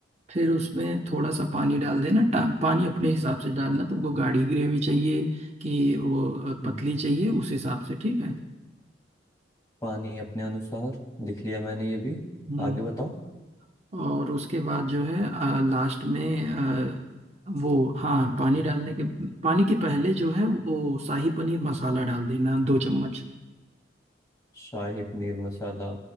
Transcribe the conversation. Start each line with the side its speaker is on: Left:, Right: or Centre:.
Right: फिर उसमें थोड़ा सा पानी डाल देना टा- पानी अपने हिसाब से डालना तुमको गाढ़ी ग्रेवी चाहिए कि वो
Left: हम्म,
Right: अ, पतली चाहिए उस हिसाब से ठीक है
Left: पानी अपने अनुसार लिख लिया मैंने ये भी
Right: हम्म
Left: आगे बताओ
Right: और उसके बाद जो है लास्ट में अ, वो हाँ पानी डालने के पानी के पहले जो है वो शाही पनीर मसाला डाल देना दो चम्मच
Left: शाही पनीर मसाला